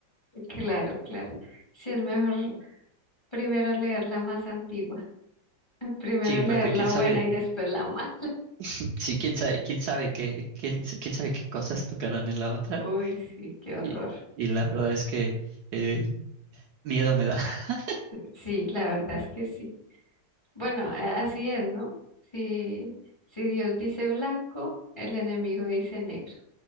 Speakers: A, on the left (about 20°); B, on the right (about 70°).
A: Claro, claro. Sí, es mejor primero leer la más antigua, <laughs> primero
B: Sí,
A: leer
B: porque
A: la
B: quién sabe,
A: buena y después la mala.
B: <clears throat> <laughs> sí, quién sabe, quién sabe qué, quién, quién sabe qué cosas tocarán en la otra.
A: Uy, sí, qué horror.
B: Y, y la verdad es que eh, miedo me da. <laughs>
A: Sí, la verdad es que sí. Bueno, a- así es, ¿no? Si, si Dios dice blanco, el enemigo dice negro.